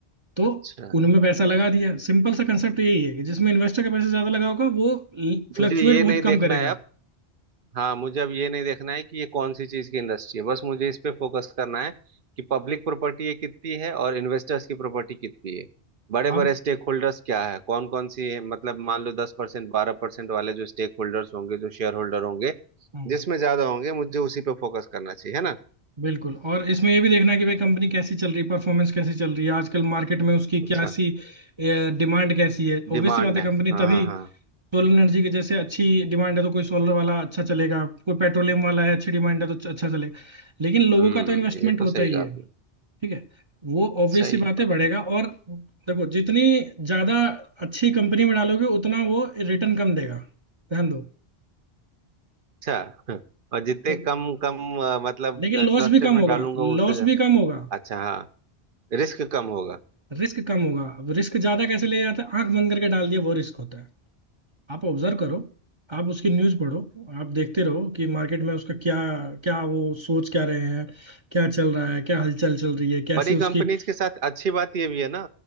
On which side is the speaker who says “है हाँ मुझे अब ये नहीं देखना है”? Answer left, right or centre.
Right